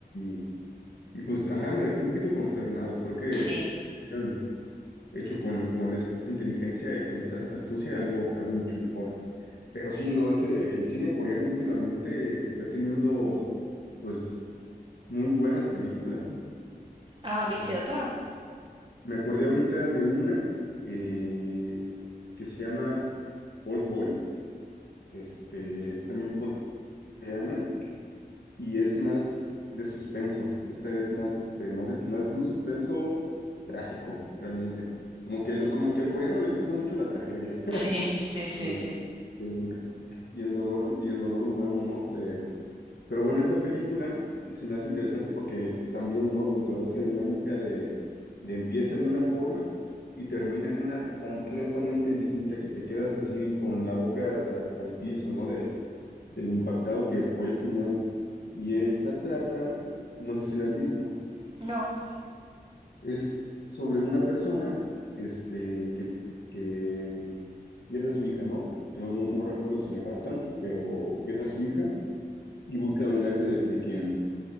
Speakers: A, on the left; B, on the right.
A: y, y, pues, ajá, me dejó un poquito consternado. Creo que
B: Sí.
A: hubieran hecho con, con esa inteligencia y con esa astucia algo, algo mucho mejor. Pero sí, no, ese, el cine coreano últimamente está teniendo, pues, muy buenas películas.
B: Ah, ¿viste
A: Es-
B: otra?
A: me acordé ahorita de una eh, que se llama Old Boy. Este, es también coreana y es más de suspenso. Esta es más, este, más de, más de un suspenso trágico, realmente. Como que, lo- como que al coreano le gusta mucho la tragedia <laughs>
B: Sí, <laughs> sí, sí,
A: y el,
B: sí.
A: y el, y el dolor, y el dolor humano, ¿no? Eh, Pero bueno, esta película se me hace interesante porque también, ¿no? Dentro de esa dinámica de, de empieza de una forma y termina de una completamente distinta que te quedas así con la boca hasta el piso, ¿no? De, del impactado que fue el final. Y esta trata, no sé si la has visto,
B: No.
A: es sobre una persona, este, que, que pierde a su hija, ¿no? Pero no, no recuerdo si la raptan, pero pierde a su hija y busca vengarse de, de quien